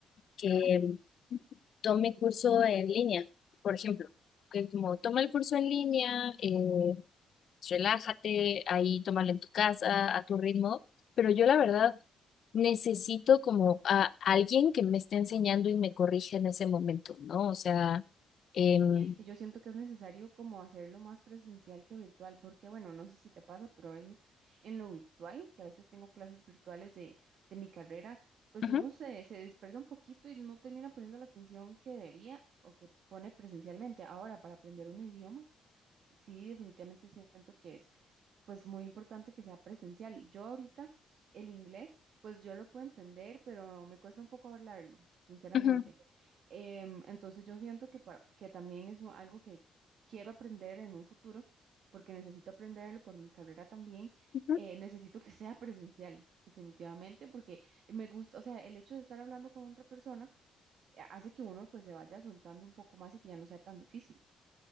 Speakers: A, on the left; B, on the right.
A: que tome curso en línea, por ejemplo, que como toma el curso en línea, eh, relájate, ahí tómalo en tu casa, a tu ritmo, pero yo la verdad necesito como a alguien que me esté enseñando y me corrija en ese momento, ¿no? O sea,
B: Sí,
A: em,
B: es que yo siento que es necesario como hacerlo más presencial que virtual, porque bueno, no sé si te pasa, pero a veces en lo virtual, que a veces tengo clases virtuales de, de mi carrera, pues
A: ujú,
B: uno se, se dispersa un poquito y no termina poniendo la atención que debería o que pone presencialmente. Ahora, para aprender un idioma, sí, definitivamente siento que es pues muy importante que sea presencial. Yo ahorita el inglés, pues yo lo puedo entender, pero me cuesta un poco hablarlo, sinceramente.
A: ujú,
B: Em, entonces yo siento que, para, que también es un- algo que quiero aprender en un futuro, porque necesito aprenderlo por mi carrera también.
A: ujú.
B: eh, necesito que sea presencial. Definitivamente, porque me gusta, o sea, el hecho de estar hablando con otra persona eh, hace que uno pues se vaya soltando un poco más y que ya no sea tan difícil.